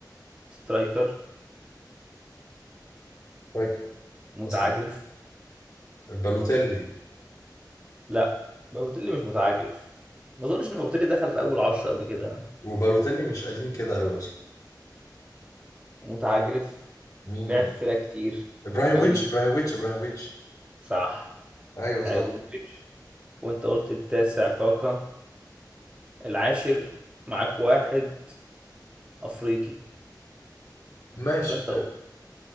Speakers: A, on the right; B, on the left.
A: سترايكر
B: فاكر
A: ومتعجرف
B: أصلا بالوتيلي
A: لا بوتيلي مش متعجرف ما اظنش ان بوتيلي دخل في اول عشرة قبل كده
B: وبالوتيلي مش قديم كده أوي أصلا
A: متعجرف
B: مين
A: لعب في فرق كتير
B: إبراهيموفيتش
A: قوي
B: إبراهيموفيتش إبراهيموفيتش
A: صح
B: أيوه
A: حلو
B: صح
A: مودريتش وانت قلت التاسع كاكا العاشر معاك واحد افريقي
B: ماشي
A: ولا انت قلت